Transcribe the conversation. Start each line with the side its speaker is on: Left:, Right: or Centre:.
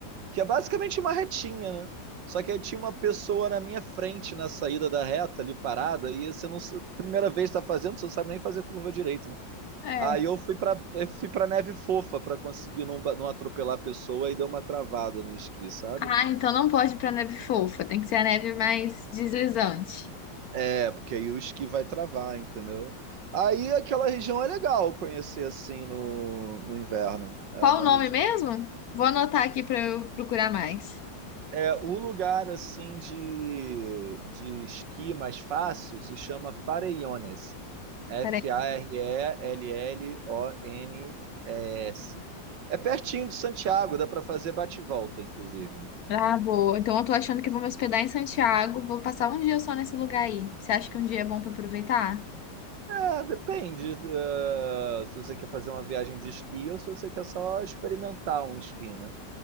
Right: que é basicamente uma retinha, né? Só que aí tinha uma pessoa na minha frente na saída da reta ali parada e você não primeira vez está fazendo, você não sabe nem fazer curva direito, né?
Left: É.
Right: Aí eu fui para fui para neve fofa para conseguir não, ba- não atropelar a pessoa e deu uma travada no esqui, sabe?
Left: Ah, então não pode ir pra neve fofa, tem que ser a neve mais deslizante.
Right: É, porque aí o esqui vai travar, entendeu? Aí aquela região é legal conhecer assim no, no inverno. É
Left: Qual
Right: uma
Left: o nome
Right: região
Left: mesmo? Vou anotar aqui para eu procurar mais.
Right: é, o lugar assim de, de esqui mais fácil se chama Farellones. F-A-R-E-L-L-O-N-E-S.
Left: Peraí.
Right: É pertinho de Santiago, dá para fazer bate-volta, inclusive.
Left: Ah, boa. Então eu tô achando que vou me hospedar em Santiago. Vou passar um dia só nesse lugar aí. Você acha que um dia é bom para aproveitar?
Right: É, depende, eh, se você quer fazer uma viagem de esqui ou se você quer só experimentar um esqui, né?